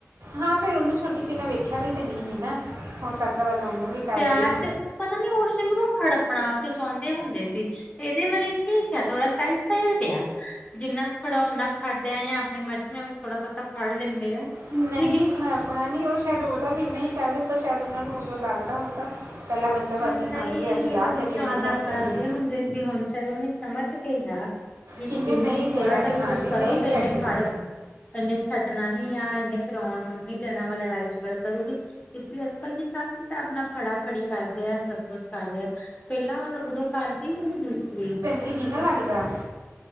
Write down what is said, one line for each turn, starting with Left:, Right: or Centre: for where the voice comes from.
Right: ਹਾਂ, ਫੇਰ ਉਹਨੂੰ ਛੋਟੀ ਜੀ ਨਾ ਵੇਖਿਆ ਵੀ ਤੇ ਨਹੀਂ ਸੀ ਨਾ ਹੋ ਸਕਦਾ ਵਰਨਾ ਉਹਨੂੰ ਵੀ ਕਰਦੇ
Left: ਪਿਆਰ
Right: ਹੀ
Left: ਤੇ ਪਤਾ ਨੀ ਉਸ ਟਾਈਮ ਉਹਨੂੰ ਹੜੱਪਣਾ ਕਿਉਂ ਚਾਹੁੰਦੇ ਹੁੰਦੇ ਸੀ ਇਹਦੇ ਵਾਰੀ ਠੀਕ ਆ ਥੋੜਾ ਸਾਈਡ ਸਾਈਡ ਆ ਜਿੰਨਾ ਕੁ ਫੜਾ ਓਨਾ ਕੁ ਫੜਦੇ ਆ ਜਾਂ ਆਪਣੀ ਮਰਜ਼ੀ ਨਾਲ ਵੀ ਥੋੜਾ ਬਹੁਤਾ ਫੜ ਲੈਂਦੇ ਆ
Right: ਨਹੀਂ,
Left: ਲੇਕਿਨ
Right: ਹੜੱਪਣਾ ਨਹੀਂ ਉਹ ਸ਼ਾਇਦ ਓਦਾਂ ਵੀ ਇੰਨਾ ਹੀ ਕਰਦੇ ਪਰ ਸ਼ਾਇਦ ਉਹਨਾਂ ਨੂੰ ਉਦੋਂ ਲੱਗਦਾ ਹੋਊਗਾ। ਪਹਿਲਾ ਬੱਚਾ ਵਾ
Left: ਨਹੀਂ,
Right: ਅਸੀਂ ਸੰਭੀਏ ਅਸੀਂ ਆ
Left: ਉਦੋਂ
Right: ਕਰੀਏ
Left: ਜ਼ਿਆਦਾ
Right: ਅਸੀਂ ਸਭ
Left: ਕਰਦੇ
Right: ਕਰੀਏ
Left: ਹੁੰਦੇ ਸੀ ਹੁਣ ਸ਼ਾਇਦ ਉਹਨੇ ਸਮਝ <unintelligible> ਕਿ
Right: ਕਿੰਨੇ
Left: ਇਹਨੂੰ
Right: ਨਹੀਂ ਦੇਣਾ
Left: ਥੋੜਾ ਜਿਹਾ
Right: ਦੀ ਮਾਂ
Left: ਵੀ ਕੁਛ
Right: ਨੇ
Left: ਕਰੋ
Right: ਨਹੀਂ
Left: ਤੇ
Right: ਛੱਡਣਾ
Left: ਇਹਨੇ ਫੜ ਇਹਨੇ ਛੱਡਣਾ ਨੀ ਆ ਇਹਨੇ ਫਿਰ ਆਉਣ ਨੀ ਦੇਣਾ ਵਾ ਲੜਾਈ ਝਗੜਾ ਕਰੂਗੀ। ਇਸ ਲਈ ਅੱਜ ਕੱਲ੍ਹ ਹਿਸਾਬ ਕਿਤਾਬ ਨਾ ਫੜਾਫੜੀ ਕਰਦ ਦਾ ਸਭ ਕੁਛ ਕਰ ਰਿਹਾ ਪਹਿਲਾਂ ਉਦੋਂ ਕਰਦੀ ਹੁੰਦੀ ਸੀ
Right: ਜੀ ਨੀ ਨਾ ਲੱਗਦਾ